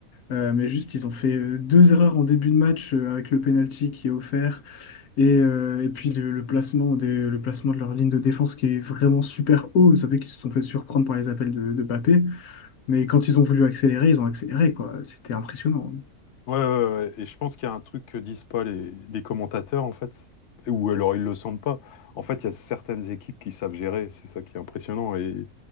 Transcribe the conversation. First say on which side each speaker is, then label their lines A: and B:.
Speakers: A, on the left; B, on the left.
A: Euh, mais juste, ils ont fait euh, deux erreurs en début de match euh, avec le penalty qui est offert et, euh, et puis le, le placement des, le placement de leur ligne de défense qui est vraiment super haut. Vous savez qu'ils se sont fait surprendre par les appels de, de Mbappé, mais quand ils ont voulu accélérer, ils ont accéléré, quoi. C'était impressionnant.
B: Ouais, ouais, ouais. ouais. Et je pense qu'il y a un truc que disent pas les, les commentateurs, en fait. Ou alors ils le sentent pas. En fait, il y a certaines équipes qui savent gérer. C'est ça qui est impressionnant. Et,